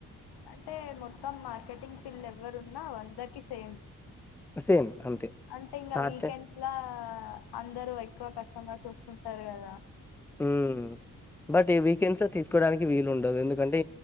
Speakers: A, on the left; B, in the centre.
A: అంటే మొత్తం మార్కెటింగ్ ఫిల్డ్ ఎవ్వరున్నా అందరికి సేమ్
B: సేమ్ అంతే
A: అంటే ఇంగ
B: సాటర్డే
A: వీకెండ్ ఇట్లా అందరు ఎక్కువ కష్టమర్స్ వస్తు ఉంటరు గదా
B: మ్ బట్ ఈ వీకెండ్స్ లో తీసుకోడానికి వీలు ఉండదు ఎందుకంటే